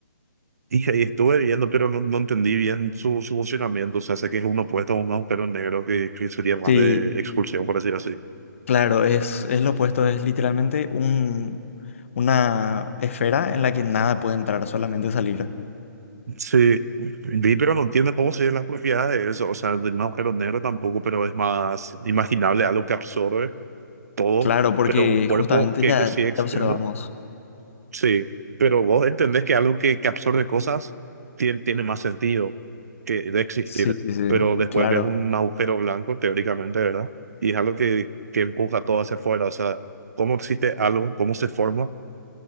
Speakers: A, on the right; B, on the left.
A: Dije, y estuve viendo, pero no, no entendí bien su, su funcionamiento. O sea, sé que es uno opuesto a un agujero negro que, que sería más
B: Sí,
A: de expulsión, por decir así.
B: claro, es, es lo opuesto, es literalmente un, una esfera en la que nada puede entrar, solamente salir.
A: Sí, vi, pero no entiendo cómo serían las propiedades de eso. O sea, de un agujero negro tampoco, pero es más imaginable algo que absorbe todo,
B: Claro, porque
A: pero un cuerpo
B: justamente
A: que,
B: ya,
A: que sigue existiendo.
B: ya observamos.
A: Sí, pero vos entendés que algo que, que absorbe cosas tiene, tiene más sentido que de existir.
B: Sí, sí, sí.
A: Pero después
B: Claro,
A: ves un agujero blanco, teóricamente, ¿verdad? Y es algo que, que empuja todo hacia afuera. O sea, ¿cómo existe algo? ¿Cómo se forma